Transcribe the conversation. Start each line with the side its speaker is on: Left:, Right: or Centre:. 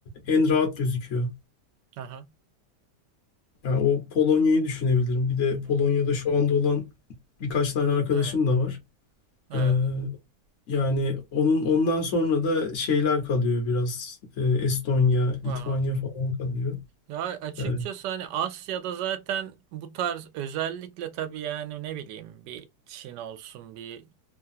Left: en rahat gözüküyor.
Right: aha.
Left: Yani o Polonya'yı düşünebilirim. Bir de Polonya'da
Right: Evet
Left: şu anda olan birkaç tane arkadaşım
Right: evet
Left: da var.
Right: evet.
Left: E, yani onun ondan sonra da şeyler kalıyor biraz. E, Estonya,
Right: Aha.
Left: Litvanya falan kalıyor.
Right: Ya açıkçası
Left: E,
Right: hani Asya'da zaten bu tarz özellikle tabii yani ne bileyim bir Çin olsun bir